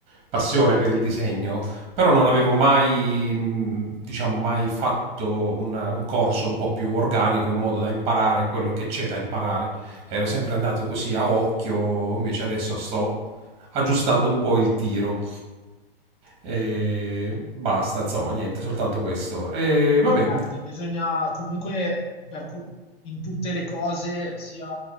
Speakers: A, on the right (about 20°); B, on the left (about 20°).
A: passione per il disegno, però non avevo mai, mh, diciamo, mai fatto una- un corso un po' più organico in modo da imparare quello che c'è da imparare. Ero sempre andato così a occhio, invece adesso sto aggiustando un po' il tiro. E basta, insomma, niente, soltanto questo. E vabbè,
B: Certo, bisogna comunque per co- in tutte le cose, sia,